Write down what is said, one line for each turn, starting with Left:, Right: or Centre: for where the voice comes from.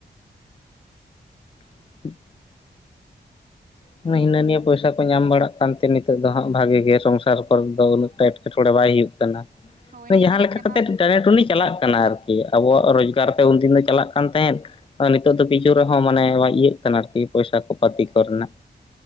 Left: <inaudible> ᱦᱤᱱᱟᱹ ᱱᱤᱭᱟᱹ ᱯᱚᱭᱥᱟ ᱠᱚ ᱧᱟᱢ ᱵᱟᱲᱟᱜ ᱠᱟᱱᱛᱮ ᱱᱤᱛᱚᱜ ᱫᱚ ᱦᱟᱸᱜ ᱵᱷᱟᱜᱮ ᱜᱮᱭᱟ ᱥᱚᱝᱥᱟᱨ ᱠᱚᱨᱮ ᱫᱚ ᱩᱱᱟᱹᱜ ᱮᱴᱠᱮᱴᱚᱲᱮ ᱵᱟᱭ ᱦᱩᱭᱩᱜ ᱠᱟᱱᱟ
Right: ᱦᱳᱭ
Left: ᱛᱚ
Right: ᱱᱤᱡᱮᱨᱟᱜ
Left: ᱡᱟᱦᱟᱸ ᱞᱮᱠᱟ
Right: ᱪᱟᱞᱟᱣ
Left: ᱠᱟᱛᱮᱫ
Right: ᱞᱮᱱ
Left: ᱴᱮᱱᱮ ᱴᱩᱱ ᱪᱟᱞᱟᱜ ᱠᱟᱱᱟ ᱟᱨᱠᱤ ᱟᱵᱚᱣᱟᱜ ᱨᱳᱡᱽᱜᱟᱨ ᱛᱮ ᱩᱱᱫᱤᱱ ᱫᱚ ᱪᱟᱞᱟᱜ ᱠᱟᱱ ᱛᱟᱦᱮᱸᱫ ᱱᱤᱛᱚᱜ ᱫᱚ ᱠᱤᱪᱷᱩ ᱨᱮᱦᱚᱸ ᱢᱟᱱᱮ ᱤᱭᱟᱹᱜ ᱠᱟᱱᱟ ᱟᱨᱠᱤ ᱯᱚᱭᱥᱟ ᱠᱚ ᱯᱟᱹᱛᱤ ᱠᱚ ᱨᱮᱱᱟᱜ